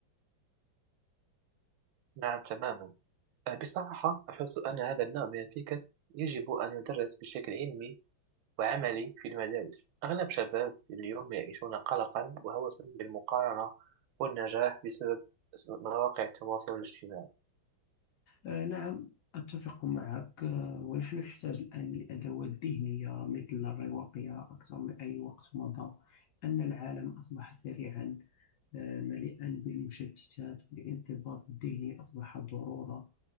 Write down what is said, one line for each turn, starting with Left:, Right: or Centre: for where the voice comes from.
Right: نعم تماما أه، بصراحة أحس أن هذا النوع من الفكر يجب أن يدرس بشكل علمي وعملي في المدارس أغلب شباب اليوم يعيشون قلقا وهوسا بالمقارنة والنجاح بسبب مواقع التواصل الاجتماعي
Left: آه، نعم أتفق معك آه، ونحن نحتاج الآن لأدوات ذهنية مثل الرواقية أكثر من أي وقت مضى أن العالم أصبح سريعا آه، مليئا بالمشتتات والانضباط الذهني أصبح ضرورة